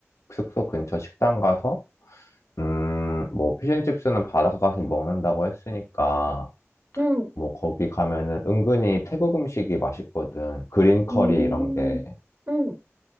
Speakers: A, on the left; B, on the right.
A: 숙소 근처 식당 가서, 음, 뭐, 피쉬앤칩스는 바닷가 가서 먹는다고 했으니까,
B: 음,
A: 뭐, 거기 가면은 은근히 태국 음식이 맛있거든. 그린 커리
B: 음,
A: 이런 게.
B: 음,